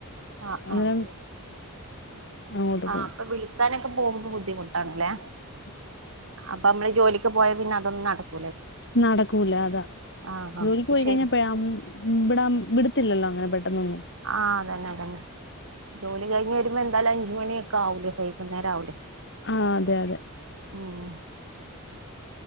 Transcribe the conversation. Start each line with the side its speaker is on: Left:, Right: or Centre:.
Right: ആഹ്
Left: അന്നേരം
Right: ആഹ്
Left: അങ്ങോട്ട്
Right: ആഹ്
Left: പോകും
Right: അപ്പൊ വിളിക്കാനൊക്കെ പോകുമ്പോ ബുദ്ധിമുട്ടാണല്ലേ
Left: <inaudible>
Right: അപ്പൊ നമ്മള് ജോലിക്ക് പോയാ പിന്നെ അതൊന്നും നടക്കു
Left: നടക്കൂല അതാ
Right: ആഹ് ആഹ്
Left: ജോലിക്ക്
Right: അത്
Left: പോയി
Right: ശരി
Left: കഴിഞ്ഞപ്പഴാ- വിടാ വിടത്തില്ലല്ലോ അങ്ങനെ പെട്ടെന്നൊന്നും
Right: ആഹ് അതന്നെ അതന്നെ ജോലി കഴിഞ്ഞ് വരുമ്പോ എന്താലും അഞ്ചുമണിയൊക്ക ആകും വൈകുന്നേരം ആവില്ലേ
Left: ആഹ് അതെ അതെ
Right: ഉം